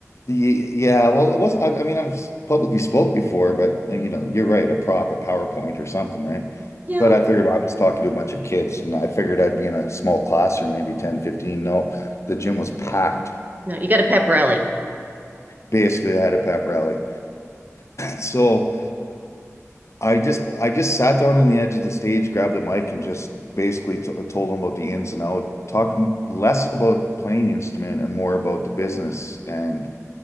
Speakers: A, on the left; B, on the right.
A: y- yeah, well, it wasn't. I, I mean, I've s- publicly spoke before, but and, you know, you're right, a prop, a PowerPoint or something, right?
B: Yeah.
A: But I figured I was talking to a bunch of kids, and I figured I'd be in a small classroom, maybe 10, 15. No, the gym was packed.
B: No, you got a pep rally.
A: Basically, I had a pep rally. <clears throat> So. I just I just sat down on the edge of the stage, grabbed the mic, and just basically t told them about the ins and out. Talked m- less about playing the instrument and more about the business, and